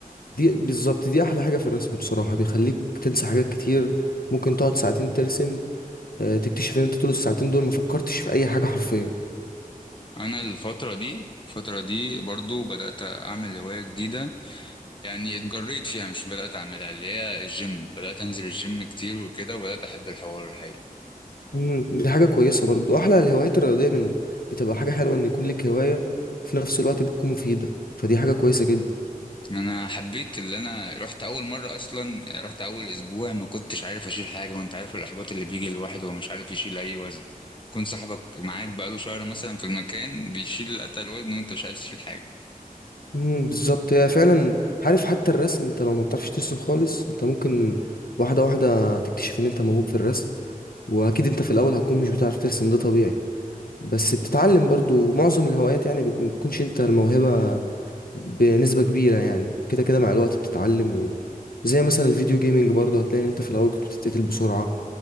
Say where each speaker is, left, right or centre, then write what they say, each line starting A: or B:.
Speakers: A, on the left; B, on the left.
A: دي بالظبط دي احلى حاجه في الرسم بصراحه بيخليك تنسى حاجات كتير ممكن تقعد ساعتين ترسم آه، تكتشف ان انت طول الساعتين دول ما فكرتش في اي حاجه حرفيا
B: انا الفترة دي الفترة دي برضو بدأت اعمل هواية جديدة يعني اتجريت فيها مش بدأت اعملها اللي هي الجيم بدأت انزل الجيم كتير وكده وبدأت احب الحوار الحقيقي
A: مم، دي حاجه كويسه برضو احلى الهوايات الرياضيه من بتبقى حاجه حلوه ان يكون لك هوايه في نفس الوقت بتكون مفيده فدي حاجه كويسه جدا
B: انا حبيت اللي انا رحت اول مره اصلا يعني رحت اول اسبوع ما كنتش عارف اشيل حاجه وانت عارف الاحباط اللي بيجي للواحد وهو مش عارف يشيل اي وزن يكون صاحبك معاك بقاله شهر مثلا في المكان بيشيل اتقل وزن وانت مش عارف تشيل حاجه
A: مم، بالظبط هي فعلا عارف حتى الرسم انت لو ما بتعرفش ترسم خالص انت ممكن واحده واحده تكتشف ان انت موهوب في الرسم واكيد انت في الاول هتكون مش بتعرف ترسم ده طبيعي بس بتتعلم برضو معظم الهوايات يعني بيكون- بتكونش انت الموهبه بنسبة كبيرة يعني كده كده مع الوقت بتتعلم و... زي مثلا الفيديو جيمينج برضه هتلاقي ان انت في الاول كنت بتتقتل بسرعة